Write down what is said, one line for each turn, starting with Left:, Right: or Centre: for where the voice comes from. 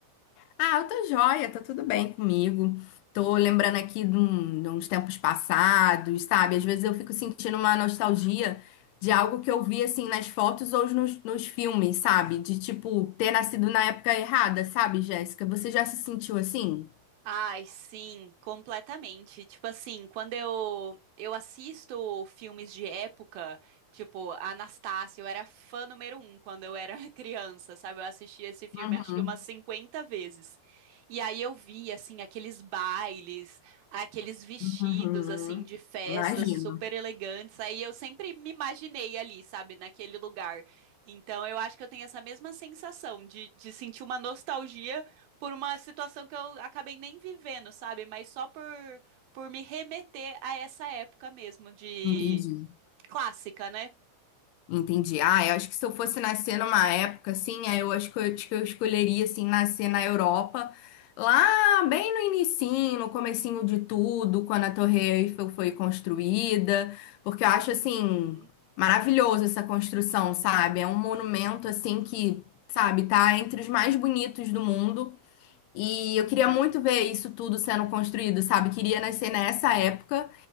Left: Ah, eu tô joia, tá tudo bem comigo. Tô lembrando aqui de, um- de uns tempos passados, sabe? Às vezes eu fico sentindo uma nostalgia de algo que eu vi assim nas fotos ou nos, nos filmes, sabe? De tipo ter nascido na época errada, sabe, Jéssica? Você já se sentiu assim?
Right: Ai, sim, completamente. Tipo assim, quando eu eu assisto filmes de época, tipo Anastácia, eu era fã número um quando eu era <laughs> criança, sabe? Eu assisti esse filme
Left: Uhum,
Right: acho que umas 50 vezes. E aí eu vi assim aqueles bailes, aqueles vestidos
Left: uhum.
Right: assim de festas
Left: Imagino,
Right: super elegantes. Aí eu sempre me imaginei ali, sabe, naquele lugar. Então eu acho que eu tenho essa mesma sensação de, de sentir uma nostalgia por uma situação que eu acabei nem vivendo, sabe? Mas só por, por me remeter a essa época mesmo de
Left: entendi.
Right: clássica, né?
Left: Entendi. Ah, eu acho que se eu fosse nascer numa época assim, aí eu acho que eu, acho que eu escolheria assim nascer na Europa, lá bem no inicinho, no comecinho de tudo, quando a Torre Eiffel foi construída, porque eu acho assim
Right: Uhum.
Left: maravilhoso essa construção, sabe? É um monumento assim que, sabe, tá entre os mais bonitos do mundo. E eu queria muito ver isso tudo sendo construído, sabe? Queria nascer nessa época